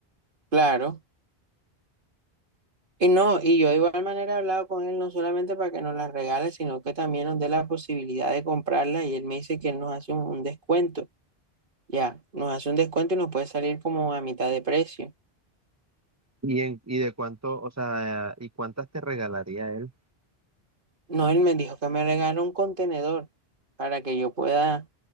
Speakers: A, on the right; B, on the right.
A: claro. Y no, y yo de igual manera he hablado con él no solamente para que nos las regale, sino que también nos dé la posibilidad de comprarla y él me dice que él nos hace un, un descuento. Ya, nos hace un descuento y nos puede salir como a mitad de precio.
B: Y, en, y de cuánto, o sea, y cuántas te regalaría él.
A: No, él me dijo que me regala un contenedor para que yo pueda